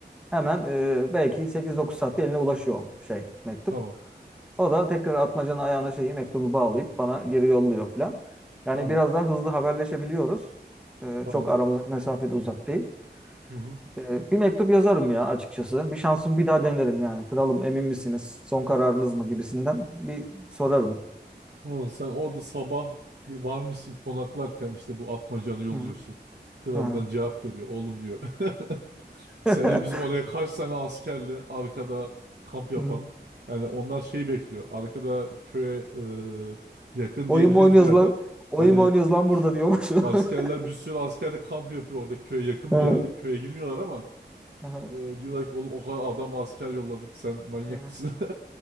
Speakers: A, in the centre; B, on the right.
A: Hemen e, belki 8-9 saatte eline ulaşıyor şey mektup.
B: Tamam.
A: O da tekrar atmacanın ayağına şeyi mektubu bağlayıp bana geri yolluyor filan. Yani
B: Tamam.
A: biraz daha hızlı haberleşebiliyoruz. Ee,
B: Tamam.
A: çok aramızdaki mesafede uzak değil.
B: Hı hı.
A: Ee, bir mektup yazarım ya açıkçası. Bir şansım bir daha denerim yani. Kralım emin misiniz? Son kararınız mı gibisinden bir sorarım.
B: Tamam sen orada sabah varmışsın konaklarken işte bu atmacanı yolluyorsun.
A: Hı hı.
B: Kraldan
A: Hı hı.
B: cevap geliyor. Oğlum diyor. <laughs> Seni
A: <laughs>
B: biz oraya kaç tane askerle arkada kamp yapan.
A: Hı.
B: Yani onlar şey bekliyor. Arkada köye e, yakın
A: Oyun
B: diyebileceğiniz
A: mu oynuyoruz
B: bir yerde.
A: lan? Oyun
B: Hani
A: mu oynuyoruz lan burada diyormuş.
B: askerler
A: <laughs>
B: bir sürü asker de kamp yapıyor orada köye yakın
A: Hı hı.
B: bir yerde. Köye girmiyorlar ama
A: Aha,
B: e, diyorlar ki oğlum o kadar adam asker yolladık sen manyak
A: aha,
B: mısın?